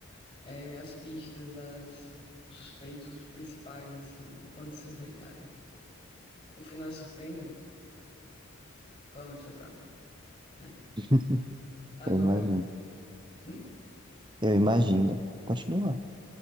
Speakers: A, on the left; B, on the right.
A: eh, as pistas, as, os suspeitos principais, assim. E quando você vê, cara, o final é surpreendente. Pelo menos foi pra mim, né?
B: <laughs>
A: Agora,
B: eu imagino.
A: hum?
B: Eu imagino. Continua.